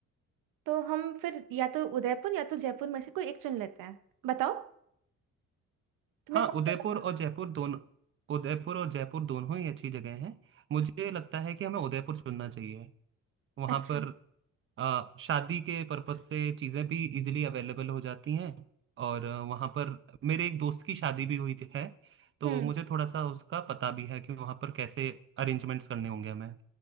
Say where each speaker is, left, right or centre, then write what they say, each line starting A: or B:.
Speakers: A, on the right (about 90°); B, on the right (about 40°).
A: तो हम फिर या तो उदयपुर या तो जयपुर में से कोई एक चुन लेते हैं बताओ तुम्हें
B: हाँ
A: कौन
B: उदयपुर
A: सा पसंद
B: और
A: है
B: जयपुर दोनों उदयपुर और जयपुर दोनों ही अच्छी जगह हैं मुझे लगता है कि हमें उदयपुर चुनना चाहिए वहाँ
A: अच्छा
B: पर अ, शादी के पर्पज से चीज़ें भी इजीली अवेलेबल हो जाती हैं और अ, वहाँ पर मेरे एक दोस्त की शादी भी हुई थी है तो
A: हम्म
B: मुझे थोड़ा सा उसका पता भी है कि वहाँ पर कैसे अरेंजमेंट्स करने होंगे हमें